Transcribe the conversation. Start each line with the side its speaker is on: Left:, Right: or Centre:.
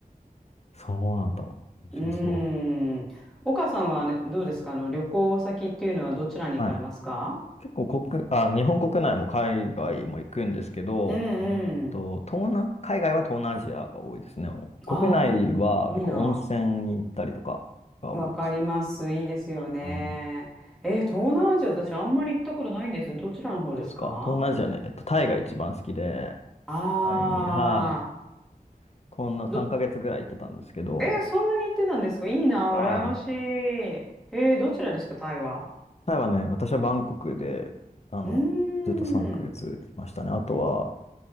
Left: そうなんだ。面白そ
Centre: ーん。岡さんはあれどうですかあの、旅行先っていうのはどちらに行かれますか
Left: う。はい。結構国、あ、日本国内も海外も行くんですけど、
Centre: うんうん。
Left: うーんと、東南、海外は東南アジアが多いですね。国内は結構温泉に行ったりとかが多いです。
Centre: あ、いいな。わかります。いいですよね。
Left: あー
Centre: えー、東南アジア、私あんまり行ったことないんです。どちらの方ですか
Left: 本当ですか東南アジアね、えっと、タイが一番好きで、
Centre: あ
Left: タイに、はい。こんな3ヶ月ぐらい行ってたんですけど、
Centre: ー、ど、えー、そんなに行ってたんですかいいな、
Left: はい。
Centre: 羨ましい。えー、どちらですか、タイは。
Left: タイはね、私はバンコクで、あの、
Centre: うーん。
Left: ずっと3ヶ月いましたね。あとは、